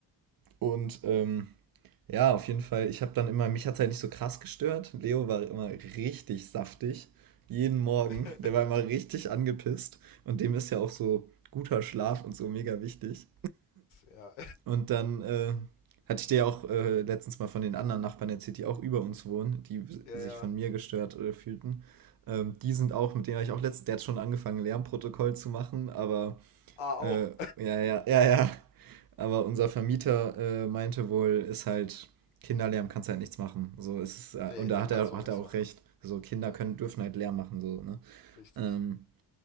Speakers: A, on the right; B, on the left.
A: Und ähm, ja, auf jeden Fall, ich habe dann immer, mich hat's halt nicht so krass gestört. Leo war immer richtig saftig. Jeden Morgen.
B: <laughs>
A: Der war immer richtig angepisst. Und dem ist ja auch so guter Schlaf und so mega wichtig.
B: ja,
A: Und dann äh, hatte ich dir ja auch äh, letztens mal von den anderen Nachbarn erzählt, die auch über uns wohnen, die
B: ja,
A: sich
B: ja.
A: von mir gestört äh, fühlten. Ähm, die sind auch, mit denen habe ich auch letztens, der hat schon angefangen, Lärmprotokoll zu machen, aber
B: Ah,
A: äh,
B: auch.
A: ja, ja, ja, ja. Aber unser Vermieter äh, meinte wohl, ist halt Kinderlärm kannst halt nichts machen. So ist es, ja,
B: Nee,
A: und da
B: da
A: hat
B: kannst
A: er,
B: du
A: hat
B: auch nichts
A: er auch
B: machen.
A: recht. So Kinder
B: Ja,
A: können, dürfen halt Lärm machen, so, ne?
B: richtig.
A: Ähm,